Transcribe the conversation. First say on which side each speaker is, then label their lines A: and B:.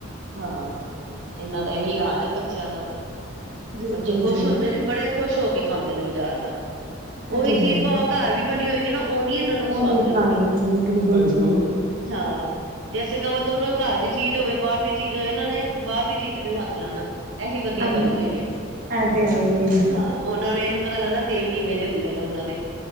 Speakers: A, on the right (about 75°); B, on the right (about 45°).
A: ਹਾਂ ਇਹਨਾਂ ਦਾ ਇਹੀ ਹਾਲ ਹੈ, ਬੱਚਿਆਂ ਦਾ ਤੇ
B: ਬਿਲਕੁਲ
A: ਬੱਚੇ ਖੁਸ਼
B: ਜੀ ਇਹ
A: ਹੁੰਦੇ ਨੇ, ਬੜੇ ਖੁਸ਼ ਹੋ ਕੇ ਖਾਂਦੇ ਨੇ ਬਾਜ਼ਾਰ ਦਾ।
B: <inaudible>
A: ਉਹੀ ਚੀਜ਼
B: ਹੀ
A: ਭਾਵਾਂ ਘਰ
B: ਹੈ,
A: ਵੀ ਬਣੀ ਹੋਏਗੀ ਨਾ ਉਹ ਨੀ ਇਹਨਾਂ ਨੂੰ
B: ਉਹ
A: ਸਵਾਦ
B: ਨਹੀਂ
A: ਲੱਗਣੀ।
B: ਖਾਣੀ ਬਿਲਕੁਲ ਜੀ
A: ਯਾਂ ਜੈਸੇ ਕਵੋ ਦੋਨੋਂ ਘਰ ਦੀ ਚੀਜ਼ ਹੋਵੇ ਬਾਹਰ ਦੀ ਚੀਜ਼ ਹੋਵੇ ਇਹਨਾਂ ਨੇ ਬਾਹਰ ਦੀ ਚੀਜ਼ ਨੂੰ ਹੱਥ ਲੈਣਾ। ਏਹੀ ਵਧੀਆ
B: ਹਾਂਜੀ
A: ਬਣੀ ਹੋਈ ਏ,
B: ਇਹ ਤੇ ਹੈ ਹੀ ਹੈ,
A: ਹਾਂ। ਉਹਨਾਂ ਨੂੰ ਇਹ ਨਹੀਂ ਪਤਾ ਲੱਗਣਾ ਤੇਲ ਕਿਵੇਂ ਜੇ ਹੁੰਦੇ ਨੇ ਉਹਨਾਂ ਦੇ।